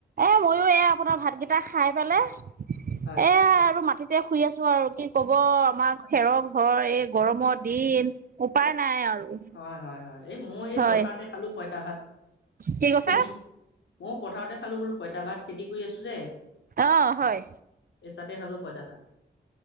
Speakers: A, on the right; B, on the left.
A: এ মইয়ো এই ভাতকেইটা খাই পেলাই
B: হয়
A: এয়া আৰু মাটিত এতিয়া শুই আছো আৰু। কি কব, আমাৰ খেৰৰ ঘৰ এই গৰমত। দিম, উপায় নাই আৰু।
B: হয় হয় হয়। এই মই এই
A: হয়
B: পথাৰতে খালো পঁইতা ভাত।
A: কি কৈছে
B: খেতি মইয়ো পথাৰতে খালো বোলো পঁইতা ভাত খেতি কৰি আছো যে
A: অ হয়।
B: এই তাতে খালো পইটা ভাত।